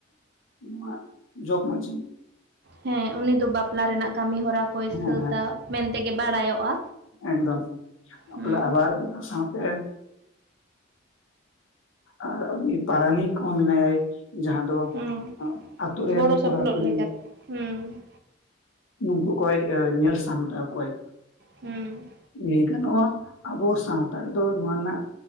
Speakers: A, on the left (about 80°); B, on the right (about 55°).
A: ᱱᱚᱣᱟᱜ ᱡᱚᱠ ᱢᱟᱡᱷᱤ᱾
B: ᱦᱮᱸ ᱩᱱᱤ ᱫᱚ ᱵᱟᱯᱞᱟ ᱨᱮᱱᱟᱜ ᱠᱟᱢᱤ ᱦᱚᱨᱟ ᱠᱚᱭ
A: ᱦᱮᱸ
B: ᱥᱟᱛᱟ
A: ᱦᱮᱸ
B: ᱢᱮᱱᱛᱮ ᱜᱮ ᱵᱟᱲᱟᱭᱚᱼᱟ,
A: ᱮᱠᱫᱚᱢ
B: ᱦᱩᱸ᱾
A: ᱟᱵᱟᱨ ᱚᱱᱟ ᱥᱟᱶᱛᱮ ᱟᱨ ᱩᱱᱤ ᱯᱟᱨᱟᱱᱤᱠ ᱦᱚᱸ ᱢᱮᱱᱟᱭᱟᱭ ᱡᱟᱦᱟᱸ ᱫᱚ
B: ᱦᱩᱸ
A: ᱟᱛᱳ ᱨᱮᱱ
B: ᱜᱚᱲᱚ ᱥᱚᱯᱚᱦᱚᱫ
A: ᱠᱚᱲᱟ ᱠᱩᱲᱤ
B: ᱞᱮᱠᱟᱛᱮ ᱦᱩᱸ᱾
A: ᱱᱩᱠᱩ ᱠᱚᱭ ᱮ ᱧᱮᱞ ᱥᱟᱢᱴᱟᱣ ᱠᱚᱣᱟᱭ᱾
B: ᱦᱮᱸ᱾
A: ᱞᱟᱹᱭ ᱜᱟᱱᱚᱼᱟ ᱟᱵᱚ ᱥᱟᱶᱛᱟ ᱨᱮᱫᱚ ᱱᱚᱣᱟ ᱱᱟᱜ